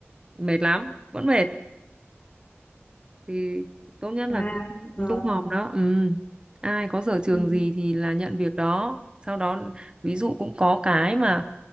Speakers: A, on the right (about 20°); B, on the left (about 30°).
A: mệt lắm vẫn mệt thì tốt nhất
B: à
A: là cứ
B: rồi
A: tung hòm đó ừ. ai có sở trường
B: ừ,
A: gì thì là nhận việc đó sau đó ví dụ cũng có cái mà